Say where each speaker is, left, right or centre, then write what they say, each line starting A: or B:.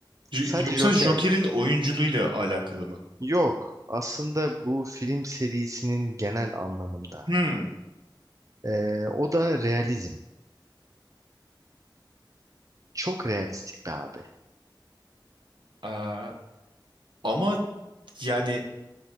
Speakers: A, on the right; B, on the right.
A: J-
B: sadece
A: Yoksa
B: Joker
A: Joker'in oyunculuğuyla alakalı mı?
B: yok. Aslında bu film serisinin genel anlamında.
A: Hmm.
B: Eee, o da realizm. Çok realistik be abi.
A: Aa, ama yani